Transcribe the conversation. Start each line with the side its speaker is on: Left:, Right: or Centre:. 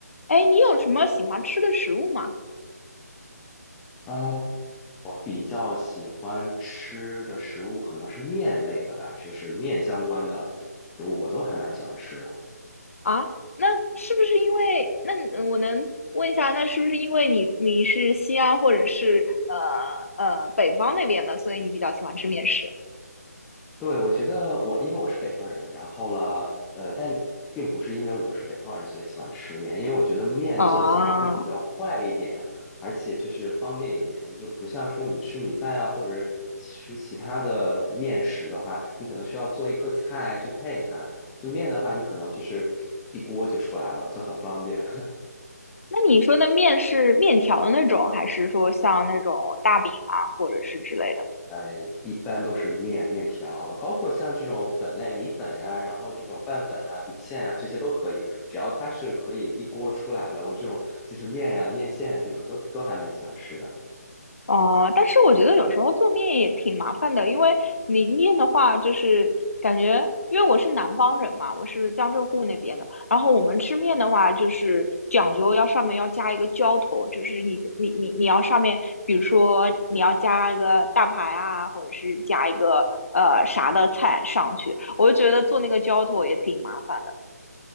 Left: 哎，你有什么喜欢吃的食物吗？
Centre: 啊，我比较喜欢吃的食物可能是面类的吧，就是面相关的食物，我都还蛮喜欢吃的。
Left: 啊，那是不是因为那嗯我能问一下，那是不是因为你你是西安或者是呃呃北方那边的，所以你比较喜欢吃面食
Centre: 对，我觉得我因为我是北方人，然后了，呃，但并不是因为我是北方人所以喜欢吃面，因为我觉得面做起来会比较快一点，
Left: 啊？
Centre: 而且就是方便一点。你就不像说你吃米饭啊，或者是吃其他的面食的话，你可能需要做一个菜去配它。就面的话，你可能就是一锅就出来了，就很方便。
Left: 那你说的面是面条的那种，还是说像那种大饼啊，或者是之类的？
Centre: 呃，一般都是面、面条，包括像这种粉类、米粉呀，然后这种拌粉啊、米线啊，这些都可以，只要它是可以一锅出来的，我这种就是面呀、面线啊这种都都还蛮喜欢吃的。
Left: 哦，但是我觉得有时候做面也挺麻烦的，因为你面的话，就是感觉，因为我是南方人嘛，我是江浙沪那边的，然后我们吃面的话，就是讲究要上面要加一个浇头，就是你的你你你要上面，比如说你要加一个大排啊，或者是加一个呃啥的菜上去，我就觉得做那个浇头也挺麻烦的。